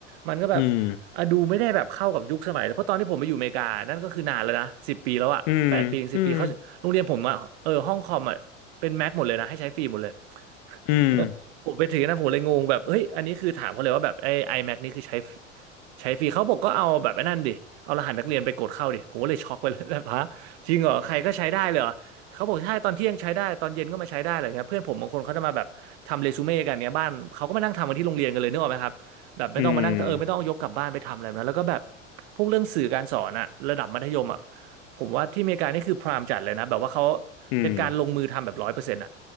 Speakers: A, on the right; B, on the left.
A: มันก็แบบ
B: อืม
A: อ่ะดูไม่ได้แบบเข้ากับยุคสมัยแล้วเพราะตอนที่ผมไปอยู่อเมริกานั่นก็คือนานแล้วนะสิบปีแล้วอ่ะแปดปีถึงสิบปีเขาโรงเรียนผมอ่ะเออห้องคอมอ่ะเป็นแม็กหมดเลยนะให้ใช้ฟรีหมดเลย
B: อืมอืมอืม
A: <laughs>
B: <laughs>
A: ผมไปถือนะผมเลยงงแบบเฮ้ยอันนี้คือถามเขาเลยว่าแบบไอ้ iMac นี่คือใช้ใช้ฟรีเขาบอกก็เอาแบบไอ้นั่นดิเอารหัสนักเรียนไปกดเข้าดิผมก็เลยช็อกไปเลย <laughs> แบบฮะจริงเหรอใครก็ใช้ได้เลยเหรอเขาบอกใช่ตอนเที่ยงใช้ได้ตอนเย็นก็มาใช้ได้อะไรเงี้ยเพื่อนผมบางคนเขาจะมาแบบทำเรซูเม่กันเนี้ยบ้านเขาก็มานั่งทำกันที่โรงเรียนกันเลยนึกออกไหมครับแบบไม่ต้องมานั่งเออไม่ต้องยกกลับบ้านไปทำอะไรแบบนั้นแล้วก็แบบ
B: อืม
A: พวกเรื่องสื่อการสอนอะระดับมัธยมอะผมว่าที่อเมริกานี่คือพรามจัดเลยนะแบบว่าเขา
B: อืม
A: เป็นการลงมือทำแบบร้อยเปอร์เซ็นต์